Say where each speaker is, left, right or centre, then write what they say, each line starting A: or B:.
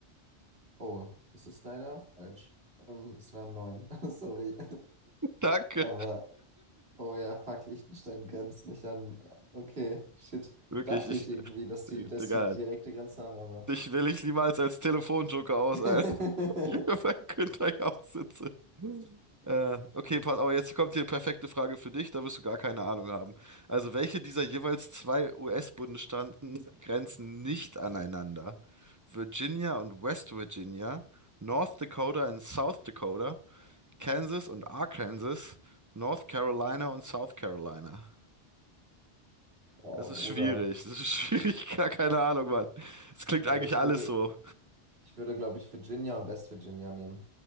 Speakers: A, on the right; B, on the right.
A: Oh, es ist leider falsch. Ähm, es wären neun. <laughs> Sorry.
B: Danke.
A: Aber, oh ja, fuck, Liechtenstein grenzt nicht an. Okay, shit.
B: Wirklich,
A: Dachte
B: ich.
A: ich irgendwie,
B: äh,
A: dass die, dass
B: Digga,
A: die eine direkte Grenze haben, aber.
B: dich will ich niemals als Telefonjoker aus,
A: <laughs>
B: Alter. <laughs> Hier bei Günther auch sitze. Äh, okay, pass auf, jetzt kommt hier perfekte Frage für dich, da wirst du gar keine Ahnung haben. Also, welche dieser jeweils zwei US-Bundesstaaten grenzen nicht aneinander? Virginia und West Virginia, North Dakota und South Dakota, Kansas und Arkansas, North Carolina und South Carolina.
A: Oh,
B: Das ist
A: Bruder.
B: schwierig, das ist schwierig, <laughs> gar keine Ahnung, Mann. Es klingt
A: Aber
B: eigentlich
A: ich
B: alles
A: würde,
B: so.
A: Ich würde, glaube ich, Virginia und West Virginia nehmen,